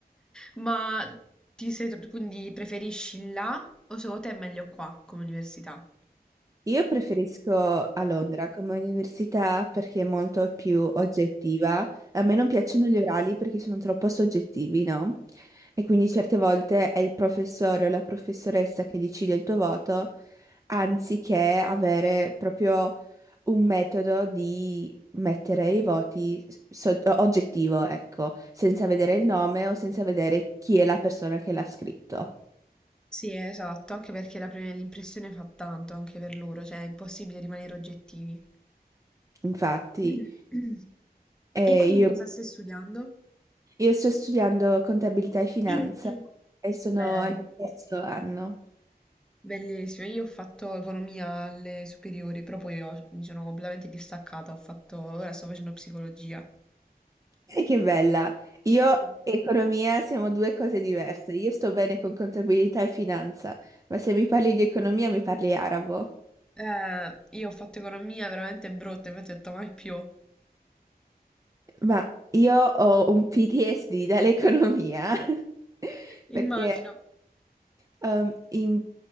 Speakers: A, in the centre; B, on the right.
A: Ma ti sei, quindi preferisci là o secondo te è meglio qua come università?
B: Io preferisco a Londra come università perché è molto più oggettiva. A me non piacciono gli orali perché sono troppo soggettivi, no? E quindi certe volte è il professore o la professoressa che decide il tuo voto, anziché avere proprio un metodo di mettere i voti so- oggettivo, ecco, senza vedere il nome o senza vedere chi è la persona che l'ha scritto.
A: Sì, esatto, anche perché la prima impressione fa tanto anche per loro, cioè è impossibile rimanere oggettivi.
B: Infatti,
A: <clears throat>
B: eh,
A: E quindi
B: io
A: cosa stai studiando?
B: Io sto studiando contabilità e finanza
A: <coughs>
B: e sono
A: Bello,
B: al mio terzo anno.
A: bellissimo. Io ho fatto economia alle superiori, però poi ho- mi sono completamente distaccata. Ho fatto, ora sto facendo psicologia.
B: E che bella! Io
A: Sì.
B: e economia siamo due cose diverse. Io sto bene con contabilità e finanza, ma se mi parli di economia mi parli arabo.
A: Eh, io ho fatto economia veramente brutta, infatti ho detto mai più.
B: Ma io ho un PTSD dall'economia <laughs>
A: Immagino.
B: perché Ehm, in-